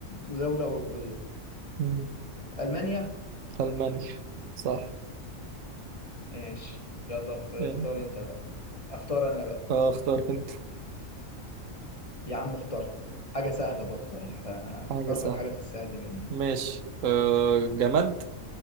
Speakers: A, on the left (about 30°); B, on the right (about 75°).
A: ودوله اوروبيه
B: مم.
A: المانيا
B: ألمانيا صح
A: ماشي يلا ف- اختار
B: اه
A: انت بقى اختار انا بقى
B: اه، اختار انت
A: يا عم اخترت حاجه سهله برضه يعني
B: حاجة
A: هختار
B: سهلة
A: لك حاجه في السهل مني
B: ماشي أه جماد